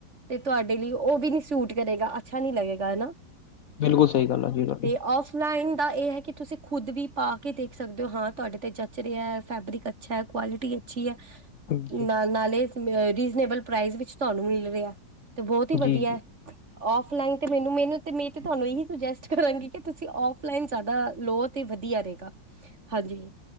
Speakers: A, on the right (about 40°); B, on the left (about 60°).
A: ਤੇ ਤੁਹਾਡੇ ਲਈ ਉਹ ਵੀ ਨੀ ਸੂਟ ਕਰੇਗਾ। ਅੱਛਾ ਨੀ ਲੱਗੇਗਾ ਹੇਨਾ,
B: ਬਿਲਕੁਲ ਸਹੀ ਗੱਲ ਆ ਜੀ ਤੁਹਾਡੀ
A: ਤੇ ੳਫਲਾਈਨ ਦਾ ਇਹ ਹੈ ਕੇ ਤੁਸੀਂ ਖੁਦ ਵੀ ਪਾ ਕੇ ਦੇਖ ਸਕਦੇ ਹੋ ਹਾਂ ਤੁਹਾਡੇ ਤੇ ਜਚ ਰਿਹਾ ਐ ਫੈਬਰਿਕ ਅੱਛਾ ਐ ਕੁਆਲਿਟੀ ਅੱਛੀ ਐ ।
B: ਜੀ
A: ਨਾਲ ਨਾਲੇ ਰੀਜਨੇਬਲ ਪ੍ਰਾਈਸ ਵਿਚ ਤੁਹਾਨੂੰ ਮਿਲ ਰਿਹਾ ਤੇ ਬਹੁਤ ਹੀ ਵਧੀਆ
B: ਜੀ ਜੀ
A: ਐ। ਔਫਲਾਈਨ ਤੇ ਮੈਨੂੰ, ਮੈਨੂੰ ਮੈਂ ਤੁਹਾਨੂੰ ਇਹ ਸੁਜਸਟ ਕਰਾਂਗੀ ਕਿ ਤੁਸੀਂ ਔਫਲਾਈਨ ਜਿਆਦਾ ਲੋ। ਵਧੀਆ ਰਹੇਗਾ ਹਾਂਜੀ।